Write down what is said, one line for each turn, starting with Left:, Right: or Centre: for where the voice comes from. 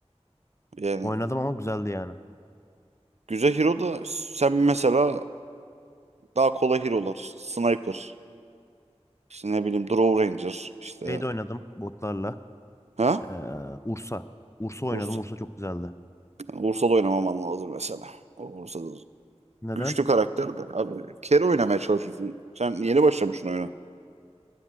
Right: Yani
Left: Oynadım ama güzeldi yani.
Right: güzel hero da sen mesela daha kolay hero'lar. Sniper. İşte ne bileyim Draw Ranger. İşte.
Left: Şey de oynadım botlarla.
Right: Ha?
Left: Ee, Ursa. Ursa oynadım.
Right: Ursa.
Left: Ursa çok güzeldi.
Right: Ursa da oynamaman lazım mesela. O Ursa da
Left: Neden?
Right: Güçlü karakter de. Abi kere oynamaya çalışıyorsun. Sen yeni başlamışsın oyuna.